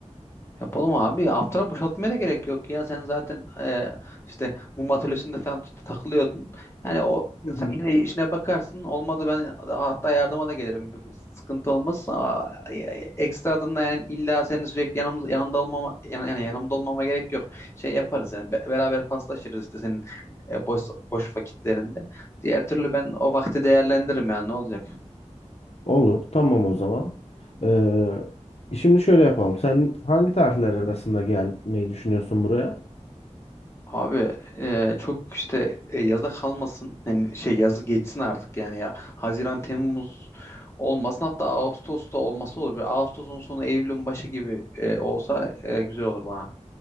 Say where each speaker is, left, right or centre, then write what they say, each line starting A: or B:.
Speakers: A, on the left; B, on the left.
A: Yapalım abi. Haftana boşaltmaya da gerek yok ya. Sen zaten e, işte mum atölyesinde falan takılıyordun. Yani o
B: Hı
A: sen
B: hı.
A: yine işine bakarsın. Olmadı ben hatta yardıma da gelirim. Bir- bir Sıkıntı olmaz. Aa, e, Ekstradan da yani illa senin sürekli yanımız yanında olmama yan- yani yanımda olmama gerek yok. Şey yaparız yani be- beraber paslaşırız işte senin e, boş boş vakitlerinde. Diğer türlü ben o vakti değerlendiririm yani ne olacak?
B: Olur. Tamam o zaman. Ee, şimdi şöyle yapalım. Sen hangi tarihler arasında gelmeyi düşünüyorsun buraya?
A: Abi e, çok işte e, yaza kalmasın. Yani şey yazı geçsin artık yani ya. Haziran, Temmuz olmasın hatta Ağustos'ta olması olur. Bir Ağustos'un sonu Eylül'ün başı gibi e, olsa e, güzel olur bana.